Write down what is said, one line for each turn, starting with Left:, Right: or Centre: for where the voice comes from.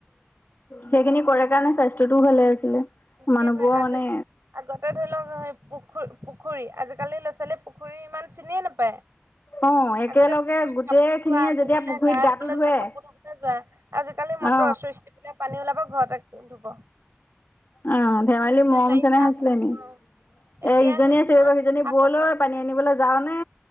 Left: সেইখিনি কৰে। সেইকাৰণে স্বাস্থ্যটোও ভালে আছিলে। মানুহবোৰৰ
Right: সেইটোৱে আজি
Left: মানে
Right: আগতে ধৰি লওক সেই পু পুখুৰী পুখুৰী আজিকালিৰ ল'ৰা ছোৱালীয়ে পুখুৰী ইমান চিনিয়ে নেপায়।
Left: অ একেলগে
Right: আগতে পুখুৰীত
Left: গোটেইখিনিয়ে
Right: কাপোৰ ধোৱা নদীলৈ
Left: যেতিয়া পুখুৰীত
Right: গা
Left: গাটো
Right: ধুবলৈ
Left: ধুৱে
Right: যোৱা কাপোৰ ধুবলৈ যোৱা। আজিকালি মটৰ
Left: অ
Right: চুইচ টিপিলে পানী ওলাব। ঘৰতে কাপোৰ ধুব।
Left: আহ ধেমালি
Right: এতিয়া
Left: মৰম
Right: বাৰিষা
Left: যেনে আছিলে নেকি?
Right: অ এতিয়া
Left: এ ইজনী
Right: হেৰি
Left: আছে
Right: নহয়
Left: এইকৌ সিজনী
Right: আগতে
Left: বলৈ পানী আনিবলৈ যাও নে!